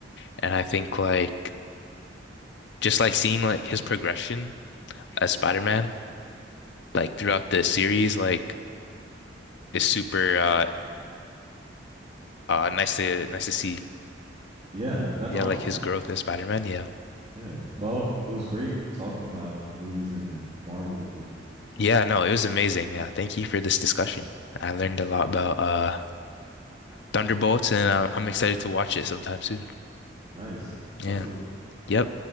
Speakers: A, on the left; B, on the right.
A: and I think like just like seeing like his progression as Spider-Man like throughout the series like is super uh uh nice to nice to see.
B: Yeah, that's
A: yeah,
B: awesome.
A: like his growth in Spider-Man. Yeah.
B: Yeah. Well, it was great talking about movies and Marvel with you.
A: Yeah, no, it was amazing. Yeah, thank you for this discussion. I learned a lot about uh Thunderbolts and uh, I'm excited to watch it sometime soon.
B: Nice.
A: Yeah.
B: Talk to you later.
A: Yep.